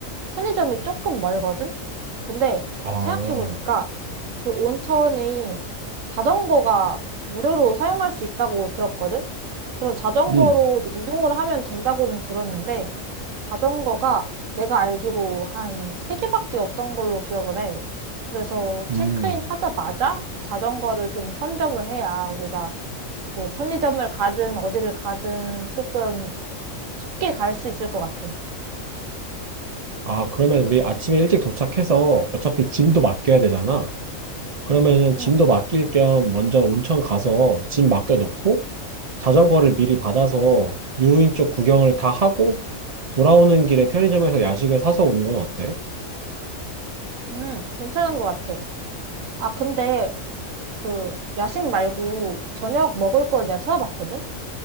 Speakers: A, on the right (about 70°); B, on the right (about 55°).
A: 편의점이 조금 멀거든. 근데
B: 아,
A: 생각해보니까 그 온천이 자전거가 무료로 사용할 수 있다고 들었거든? 그래서 자전거로
B: 음,
A: 이제 이동을 하면 된다고는 들었는데 자전거가 내가 알기로 한 세개밖에 없던 걸로 기억을 해. 그래서
B: 음.
A: 체크인 하자마자 그 자전거를 좀 선점을 해야 우리가 뭐 편의점을 가든 어디를 가든 조금 쉽게 갈 수 있을 것 같아.
B: 아, 그러면 우리 아침에 일찍 도착해서 어차피 짐도 맡겨야 되잖아. 그러면은 짐도
A: 응,
B: 맡길 겸 먼저 온천 가서 짐 맡겨놓고 자전거를 미리 받아서 유인 쪽 구경을 다 하고 돌아오는 길에 편의점에서 야식을 사서 오는 건 어때?
A: 응, 괜찮은 것 같아. 아, 근데 그 야식 말고 저녁 먹을 걸 내가 찾아봤거든?